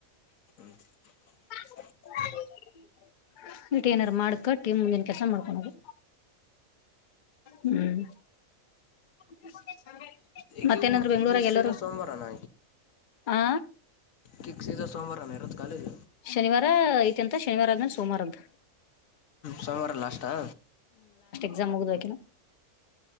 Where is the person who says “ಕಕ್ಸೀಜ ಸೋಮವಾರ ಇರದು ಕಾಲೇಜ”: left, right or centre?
Left